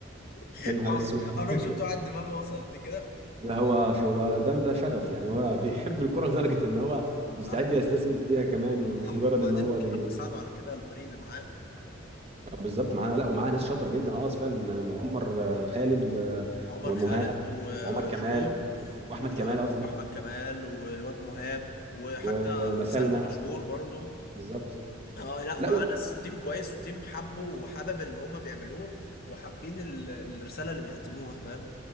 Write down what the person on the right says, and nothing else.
يا نهار
اسود
<laughs>
ده هو هو ده ده شغف يعني هو بيحب الكرة لدرجة ان هو مستعد
يستثمر فيها كمان مش
مجرد
ان هو
بي...
بالظبط معانا لا ومعاه ناس شاطرة جدا اه فعلا عمر آه، خالد و...
ومهاب
وعمر كمال واحمد
كمال قصدي
ومسالمة
بالظبط
لا